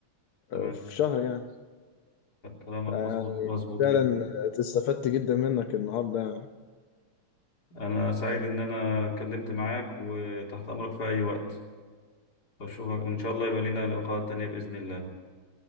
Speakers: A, on the left; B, on the left.
A: تمام
B: في شهر يعني
A: كلامك
B: يعني
A: مظبوط مظبوط
B: فعلا
A: جدا
B: آه، استفدت جدا منك النهارده يعني
A: انا سعيد ان انا اتكلمت معاك وتحت امرك في اي وقت اشوفك وان شاء الله يبقى لنا لقاءات تانية باذن الله